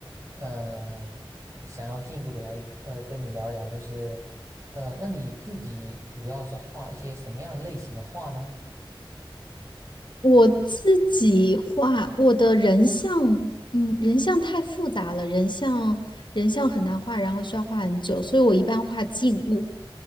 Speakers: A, on the right (about 35°); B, on the left (about 60°).
A: 呃想要进一步的来呃跟你聊一聊，就是呃，那你自己主要是画一些什么样类型的画呢？
B: 我自己画我的人像，嗯，人像太复杂了，人像人像很难画，然后需要画很久，所以我一般画静物。